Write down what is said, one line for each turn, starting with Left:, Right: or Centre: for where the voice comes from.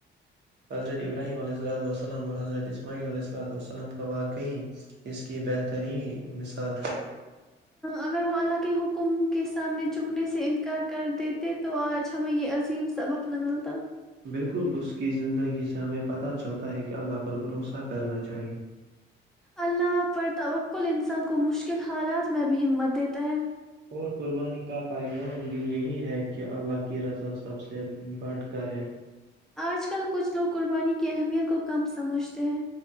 Right: حضرت ابراہیم علیہ اللۃ وسلم اور حضرت اسماعیل علیہ اللۃ وسلم کا واقعی اس کی بہترین مثال ہے
Centre: اگر وہ اللہ کے حکم کے سامنے جکنے سے انکار کر دیتے تو آج ہمیں یہ عظیم سبق نہ ملتا
Right: بالکل اس کی زندگی سے ہمیں پتہ چلتا ہے کہ اللہ پر بھروسہ کرنا چاہیے
Centre: اللہ پر تقل انسان کو مشکل حالات میں بھی ہمت دیتا ہے
Right: اور قربانی کا پیغام بھی یہی ہے کہ اللہ کی رضا سب سے بڑھ کریں
Centre: آج کل کچھ لوگ قربانی کی اہمیت کو کم سمجھتے ہیں